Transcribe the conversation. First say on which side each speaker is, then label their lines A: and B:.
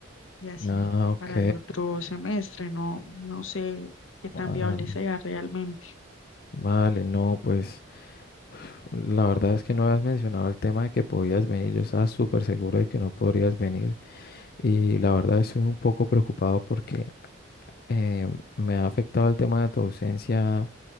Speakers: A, on the left (about 85°); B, on the left (about 50°).
A: Y así
B: Ah, ok.
A: para el otro semestre, no, no sé qué tan
B: Ah,
A: viable sea realmente.
B: vale, no, pues la verdad es que no habías mencionado el tema de que podías venir. Yo estaba súper seguro de que no podrías venir. Y la verdad estoy un poco preocupado porque eh, me ha afectado el tema de tu ausencia